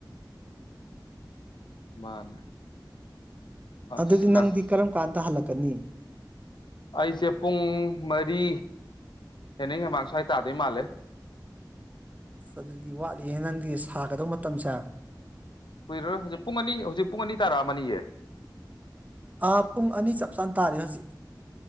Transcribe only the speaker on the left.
ꯃꯥꯅꯦ ꯑꯁ
ꯉꯁ
ꯑꯩꯁꯦ ꯄꯨꯡ ꯃꯔꯤ ꯍꯦꯅꯤꯡ ꯍꯦꯃꯥꯡ ꯁ꯭ꯋꯥꯏ ꯇꯥꯗꯣꯏ ꯃꯥꯜꯂꯦ
ꯀꯨꯏꯔꯣꯏ ꯍꯧꯖꯤꯛ ꯄꯨꯡ ꯑꯅꯤ ꯍꯧꯖꯤꯛ ꯄꯨꯡ ꯑꯅꯤ ꯇꯥꯔꯥ ꯑꯃꯅꯤꯌꯦ